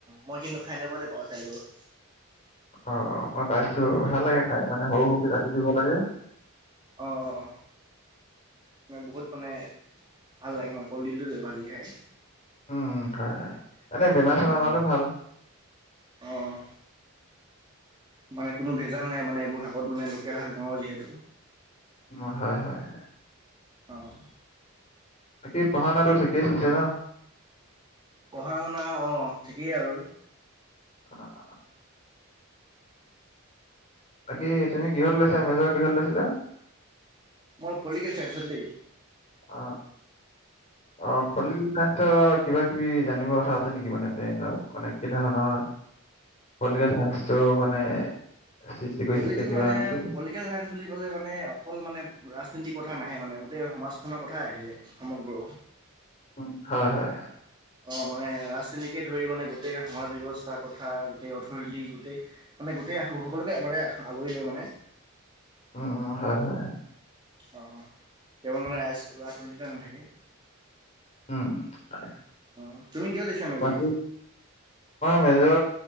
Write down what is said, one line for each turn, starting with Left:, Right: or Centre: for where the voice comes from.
Right: মই কিন্তু খাই নাই পোৱা দেই পাঅ চৰাই লগত
Left: অ মই পাইছো ভাল লাগে খাই মানে সৰু সৰুকে কাটি দিব লাগে
Right: অঁ অঁ অঁ অ বহুত মানে ভাল লাগে ন কলডিলটো যে ভাজি খায়
Left: উম হয় হয় এনেই বেমাৰ চেমাৰ
Right: অ'
Left: কাৰণেও ভাল
Right: অ' মানে কোনো ভেজাল নাই মানে এইবোৰ শাকত মানে লোকেল শাক গাঁৱৰ যিহেতু
Left: উ হয় হয় হয়
Right: অহ
Left: বাকী পঢ়া শুনাটো ঠিকেই চলিছে ন
Right: পঢ়া শুনা অঁ ঠিকেই আৰু
Left: অহ বাকী তুমি কিহত লৈছা মেজৰ কিহত লৈছিলা?
Right: মই পলটিকেল চাইন্সত দেই।
Left: অ অ ফলটিকেল চাইঞ্চ ছ কিবা কিবি জানিব কথা আছে নিকি? মানে <unintelligible> মানে কেনে ধৰণৰ পলটিকেল চাইন্সটো মানে সৃষ্টি কৰিছিলে
Right: পলিকেল
Left: কিবা
Right: মানে
Left: এনেকে
Right: পলটিকেল চাইন্স বুলি কলে মানে অকল মানে ব্ৰাছ সে ঞ্চি কথা নাহে মানে গোটেই সমাজখনৰ কথাই আহি জাই সমগ্ৰ।
Left: <inaudible> হয় - হয়।
Right: অ' মানে ৰাজনীতিকে ধৰি মানে গোটেই সমাজ ব্যৱস্থা কথা, গোটেই অৰ্থনীতি, গোটেই- মানে গোটে এয়া স- সকলোকে মানে আ- আগুৰিলে মানে
Left: উম - উম, হয় - হয়।
Right: অ' - অ' কেৱল মানে ৰাইচ- ৰাজদণ্ডিতা নাথাকে।
Left: উম - উম, হয়।
Right: অঁ তুমি কিয় লৈছিলা মেজৰ
Left: বাকি মই তো